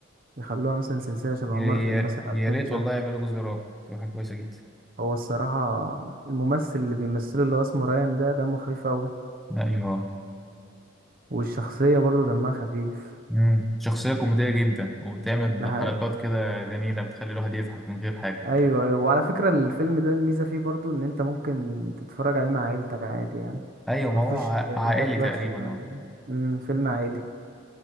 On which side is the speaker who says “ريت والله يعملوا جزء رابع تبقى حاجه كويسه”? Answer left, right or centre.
Centre